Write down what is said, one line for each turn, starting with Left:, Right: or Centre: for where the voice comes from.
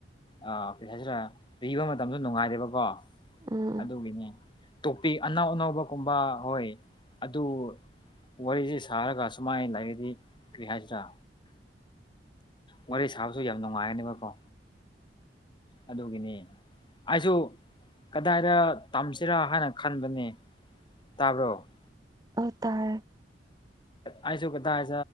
Left: ꯑꯥ ꯀꯩ ꯍꯥꯏꯁꯤꯔꯥ ꯄꯤꯕ ꯃꯇꯝꯗ ꯅꯨꯡꯉꯥꯏꯔꯦꯕꯀꯣ
Right: ꯎꯝ
Left: ꯑꯗꯨꯒꯤꯅꯦ ꯇꯣꯄꯤꯛ ꯑꯅꯧ ꯑꯅꯧꯕꯒꯨꯝꯕ ꯍꯣꯏ ꯑꯗꯨ ꯋꯥꯔꯤꯁꯤ ꯁꯥꯔꯒ ꯁꯨꯃꯥꯏꯅ ꯂꯥꯏꯔꯤꯛ <unintelligible> ꯀꯔꯤ ꯍꯥꯏꯁꯤ꯭ꯔꯥ ꯋꯥꯔꯤ ꯁꯥꯕꯁꯨ ꯌꯥꯝ ꯅꯨꯡꯉꯥꯏꯒꯅꯦꯕꯀꯣ ꯑꯗꯨꯒꯤꯅꯤ ꯑꯩꯁꯨ ꯀꯗꯥꯏꯗ ꯇꯝꯁꯤꯔꯥ ꯍꯥꯏꯅ ꯈꯟꯕꯅꯦ ꯇꯥꯕ꯭ꯔꯣ
Right: ꯑꯥꯎ ꯇꯥꯢ
Left: ꯑꯩꯁꯨ ꯀꯗꯥꯢ